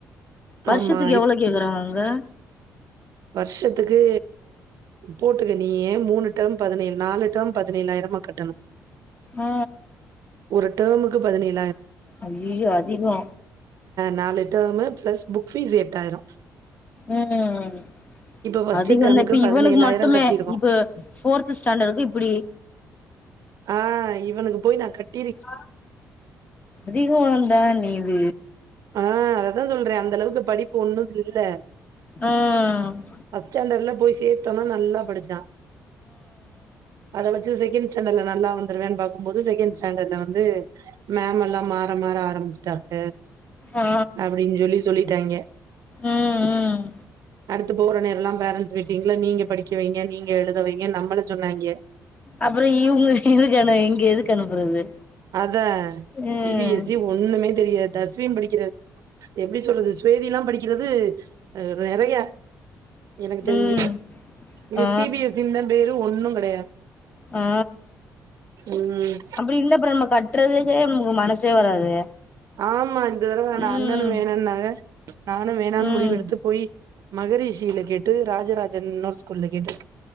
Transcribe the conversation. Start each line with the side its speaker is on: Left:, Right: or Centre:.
Left: வருஷத்துக்கு
Right: ஆமா.
Left: எவ்வளோ கேக்குறாங்க அங்க
Right: வர்ஷத்துக்கு போட்டுக்க நீயே மூணு டெர்ம் பதனேழு நாலு டெர்ம் பதனேழாயிரமா கட்டணு
Left: ஆ
Right: ஒரு டெர்முக் கு பதினேழ்
Left: ஐயயோ அதிகோ
Right: நாலு டேர்மு ப்ளஸ் புக் ஃபீஸ் எட்டாயிரோ
Left: ம் ம்
Right: ஃபர்ஸ்ட்டு
Left: அதிகந்த
Right: டெர்முக்கு
Left: இப்ப இவனுக் மட்டுமே
Right: கட்டியிருக்கோம்.
Left: இப்ப ஃபோர்து ஸ்டாண்டடுக்கு இப்புடி
Right: ஆ இவனுக்கு போய் நா கட்
Left: அ திது வோந்தாநீ த
Right: ஆ அததாஞ் சொல்ற அந்தளவுக்கு படிப்பு ஒன்னு கில்ல
Left: ம் ம்
Right: ஃபஸ்டாண்டர்ல போய் சேத்தோனா நல்லா படிச்சா அத வச்சு செகேன் ஸடாண்டல்ல நல்லா வந்துருவேன் பாக்கும்போது செகேண் ஸ்டாண்டர்ல வந்து மேம் எல்லா மாற மாற ஆரம்பிச்ட்டாங்க
Left: ஆ
Right: அப்டின்ஞ் சொல்லி சொல்லிட்டாங்க
Left: ம் ம்
Right: அடு ட்டு போகுற நேரல்லா பேரண்ட்ஸ் மீட்டிங்ல நீங்க படிக்க வைங்க நீங்க எழுதவைங்கன்னு நம்மள சொன்னாய்ங்க
Left: அப்பற இவுங்க எதுக்கு இங்க எதுக்கு அனுப்புறது
Right: அதா
Left: ம்
Right: சி பி எஸ் சி ஒண்ணுமே தெரியாத் டஸ்வின் படிக்கிற எப்டி சொல்றது ஸ்வேதிலா படிக்கிறது அ நறைய எனக்கு தெரிஞ்சு
Left: ம்
Right: இவ
Left: ஆ
Right: சி பி எஸ் சி ன்தா பேரு ஒண்ணுங் கடையா
Left: ஆ
Right: ம்
Left: அப்டி இல்ல ப்ரண் ம்ம கட்டுறதுக்கே நம்க்க மனஸ் சே வராது
Right: ஆமா இந்த தடவ ந
Left: ம்
Right: அண்ணனு வேணான்னாங்க நானு வேணான்
Left: ம்
Right: முடிவெடுத்து போயி மகரிஷில கேட்டு ராஜராஜன்னோ ஸ்கூல்ல கேட்டுக்